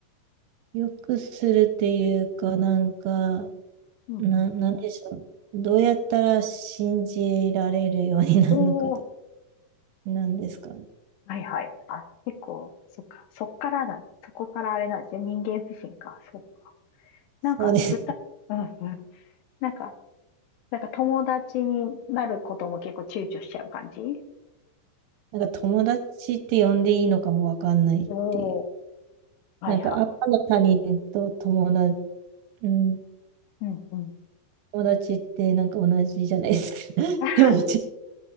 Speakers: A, on the right; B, on the left.
A: よくするっていうか、なんか、
B: うんうん。
A: な、なんでしょう。どうやったら信じられるようになるのかと、
B: おー
A: なんですかね。
B: はいはい。あ、結構、そっか。そっからだ。そこからあれなんですね。人間不信か。そうか。なんか、
A: そうです。
B: 具体、うんうん。なんか、なんか友達になることも結構躊躇しちゃう感じ
A: なんか、友達って呼んでいいのかもわかんないっていう。
B: おおー、はいはい。
A: なんか、赤の他人と友達、うん
B: うんうん。
A: 友達ってなんか同じじゃないですか。<laughs>
B: <laughs>
A: でも、ち